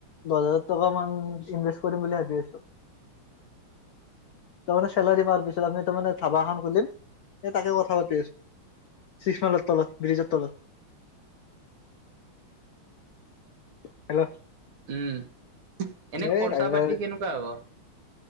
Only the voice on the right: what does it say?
উম ।
এনে খৰচা
পাতি কেনেকুৱা হব?